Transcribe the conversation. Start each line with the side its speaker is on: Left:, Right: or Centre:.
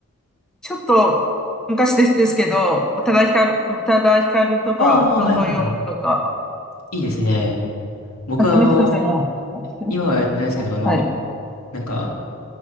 Centre: ちょっと昔です、ですけど、宇多田ヒカル、宇多田ヒカルとか、
Left: ああー、
Centre: 人とよとか、
Left: はいはいはい。いいですね。僕はあの、
Centre: 八めきとせんの知ってる
Left: 今はやってないですけど、
Centre: かなはい。
Left: あの、なんか、